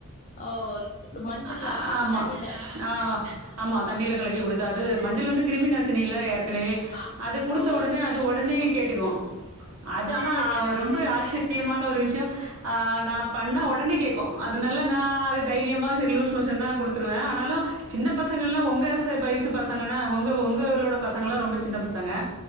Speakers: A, on the left; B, on the right.
A: ஓ மஞ்சள்ல்லா
B: ஆ ஆமா.
A: தண்ணில
B: ஆமா ஆமா தண்ணியில கலக்கி குடுத்தா அது மஞ்சள் வந்து கிருமி நாசினில்ல ஏற்கனவே
A: ஆ
B: அது குடுத்த
A: ஓ
B: ஒடனே அது ஒடனே கேட்டுக்குவா அது
A: சேரி
B: ஆனா
A: சேரி
B: அவ
A: ஆ
B: ரொம்ப ஆச்சர் யமான ஒரு விஷயோ ஆ நா பண்ணா ஒடனே கேக்கு அதனால நா அது தைரியமா சரி லூஷ் மோஷன் தா குடுத் ட்ருவே ஆனாலு சின்ன பசங்கல்லா உங்க ச வயசு பசங்கன்னா உங்க உங்கோட பசங்கல்லா ரொம்ப சின்ன பசங் க